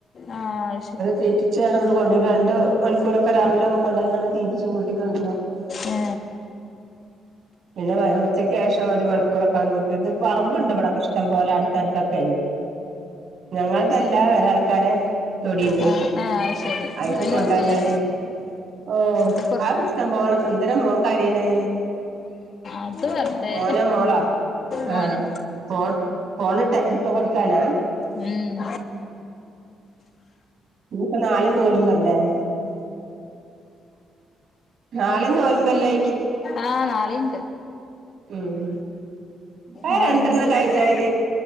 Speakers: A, on the left; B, on the right.
A: ആ അത് ശരി
B: തീറ്റിച്ചാല് <unintelligible> മണിക്കൂറൊക്കെ രാവിലെ ഒക്കെ കൊണ്ടോയിങ്ങാണ്ട് തീറ്റിച്ചു വീട്ടിക് കൊണ്ടോരും.
A: ഏ.
B: പിന്നെ ഉച്ചയ്ക്ക് ശേഷം ഒരു മണിക്കൂറൊക്കെ അങ്ങ് വിട്ടിട്ട് പറമ്പുണ്ട് ഇവിടൊക്ക ഇഷ്ടം പോലെ. ഇവിടെഅടുത്തക്കേണ് ഞങ്ങളതല്ല വേറെ ആൾക്കാരെ തൊടിഇണ്ട്.
A: ആ ആ അത് ശരി
B: ആയിക്
A: അയില്
B: കൊണ്ടോയാല്
A: നോക്കലാ
B: ഓ
A: അത് കൊറച്ച്
B: ആ ഇഷ്ടംപോലെ ഒകെ ഇണ്ട് എന്തിനാ മോൻ കരയുന്നെ.
A: അത് വെറുതെ
B: മോനോ മോളോ ആ
A: മോന്
B: കോ എടുക്ക കൊടുക്കാനാ.
A: ഉം
B: ഇനിപ്പോ നാളെ നോമ്പല്ലേ. നാളെയും നോമ്പല്ലേ.
A: ആഹ് നാളെയുണ്ട്.
B: ഉം ആ
A: നാളീം
B: രണ്ടെണ്ണം
A: കൂടിണ്ട്
B: കയിഞ്ഞാൽ